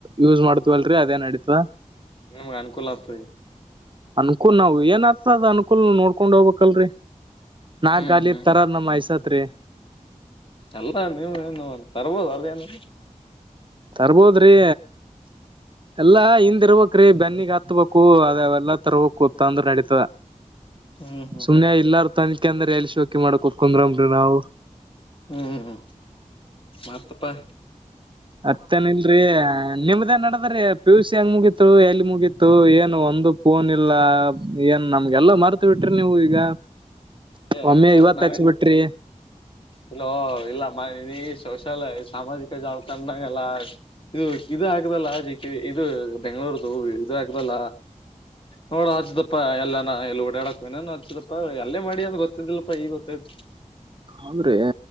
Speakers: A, on the right (about 40°); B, on the left (about 40°).
A: ಯೂಸ್ ಮಾಡ್ತವಲ್ರರಿ ಅದೇನ ನಡಿತ.
B: ನಿಮ್ಗ ಅನುಕೂಲ ಆತ್ರೀ.
A: ಅನುಕೂಲ ನಾವ ಏನ ಆತದ ಅನುಕೂಲ ನೋಡ್ಕೊಂಡ ಹೋಗ್ಬೇಕಲ್ರಿ ನಾಕ
B: ಹ್ಮ್
A: ಗಾಲಿದ
B: ಹ್ಮ್
A: ತರದ. ನಮ್ಮ ಆಯಿ ಸತ್ತ್ರಿ.
B: ಎಲ್ಲ ನೀವ ಏನು ತರ್ಬೋಹದ ಅದೇನು.
A: ತರಬೊದರಿ. ಎಲ್ಲಾ ಹಿಂದ ಇರ್ಬೇಕ್ರೀ ಬೆನ್ನಿಗ ಹತ್ಬೇಕು ಅದ ಅವೆಲ್ಲಾ ತರಬೇಕು ತಂದ್ರ ನಡೀತದ.
B: ಹ್ಮ್ ಹ್ಮ್
A: ಸುಮನೆ ಇಲ್ಲಾರ ತಂದಿಕಿಂದ್ರ ಎಲ್ಲ ಶೋಕಿ ಮಾಡ್ಕೋತ ಕುಂದ್ರುಮರಿ ನಾವು.
B: ಹ್ಮ್ ಮತ್ತಪ್ಪ.
A: ಮತ್ತ್ಯಾನ ಇಲ್ಲರಿ ನಿಮ್ದೇನ ನಡದರಿ. ಪಿ ಯು ಸಿ ಹೆಂಗ ಮುಗಿತು ಎಲ್ಲಿ ಮುಗಿತ್ತು ಏನ ಒಂದು ಫೋನ್ ಇಲ್ಲ ಏನ ನಮಗೆಲ್ಲ ಮರ್ತ. ಮರೆತ ಬಿಟ್ರಿ ನೀವು ಇಗ
B: ನಿಮ
A: ಒಮ್ಮೆ
B: ಮರತ್
A: ಇವತ್ತು
B: ನಾವ
A: ಹಚ್ಚಿ ಬಿಟ್ರಿ.
B: ಇಲ್ಲೋ ಇಲ್ಲ ಮ ಸೋಷಲ್ ಸಾಮಾಜಿಕ ಜಾಲತಾಣಾದಾಗೆಲ್ಲ. ಇದು ಇದ ಹಾಕದಲ್ಲ ಜಿ ಕೆ ಇದ ಬೆಂಗಳೂರುದು ಇದ ಹಾಕದಲ್ಲ. ನೋಡ ಹಚ್ಚ್ದಪ್ಪಾ ಎಲ್ಲಾ ಎಲ್ಲಿ ಓಡಾಡಕ್ ಇನನು ಹಚ್ಚತಪ್ಪಾ ಎಲ್ಲೇ ಮಾಡಿ ಅಂತ <inaudible> ನಮಗೂ ಗೊತ್ತಿದ್ದಿಲ್ಲ ಪಪ್ಪಾ ಈಗ ಗೊತ್ತಾಯ್ತು? <inaudible>
A: ಹಂಗರಿ